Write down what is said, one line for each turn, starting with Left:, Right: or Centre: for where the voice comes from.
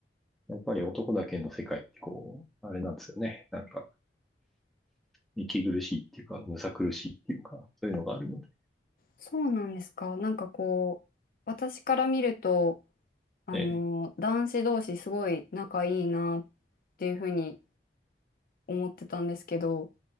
Centre: やっぱり男だけの世界ってこう、あれなんですよね。なんか、息苦しいっていうか、むさ苦しいっていうか、そういうのがあるので。
Left: そうなんですか。なんかこう、私から見ると、あの、
Centre: ね
Left: 男子同士すごい仲いいなっていうふうに思ってたんですけど、